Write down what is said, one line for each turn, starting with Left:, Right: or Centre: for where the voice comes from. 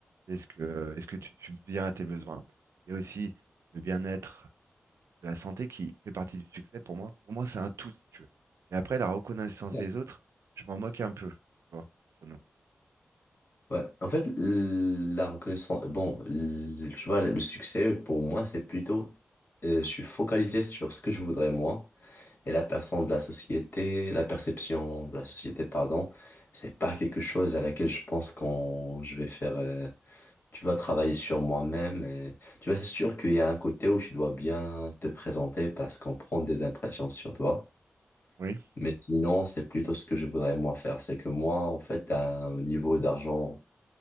Right: Est-ce que, euh, est-ce que tu subviens à tes besoins? Il y a aussi le bien-être, de la santé qui fait partie du succès pour moi. Pour moi, c'est un tout, si tu veux. Mais après, la reconnaissance
Left: D'accord.
Right: des autres, je m'en moque un peu, tu vois, entre nous.
Left: Ouais. En fait, l- la reconnaissance, bon, l- tu vois, le succès, pour moi, c'est plutôt, euh, je suis focalisé sur ce que je voudrais moi, et la personne de la société, la perception de la société, pardon, c'est pas quelque chose à laquelle je pense quand je vais faire, euh, tu vois, travailler sur moi-même. et- Tu vois, c'est sûr qu'il y a un côté où tu dois bien te présenter parce qu'on prend des impressions sur toi.
Right: Oui,
Left: Mais sinon, c'est plutôt ce que je voudrais moi faire. C'est que moi, en fait, à un niveau d'argent